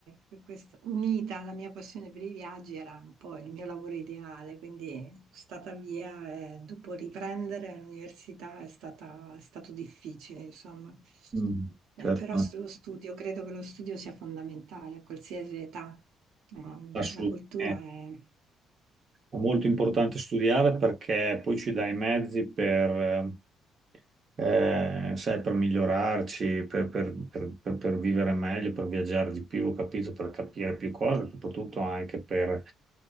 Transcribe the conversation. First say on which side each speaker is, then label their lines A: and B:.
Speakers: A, on the right (about 85°); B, on the right (about 35°).
A: eh, questa- unita alla mia passione per i viaggi era un po' il mio lavoro ideale. Quindi sono stata via e dopo riprendere l'università è stata- è stato difficile, insomma.
B: Mm,
A: Eh,
B: certo,
A: però s- lo studio, credo che lo studio sia fondamentale a qualsiasi età. No,
B: assolutamente.
A: La cultura è...
B: È molto importante studiare perché poi ci dà i mezzi per, eh, eh, sai, per migliorarci, per, per- per- per- per vivere meglio, per viaggiare di più, capito? Per capire più cose, soprattutto anche per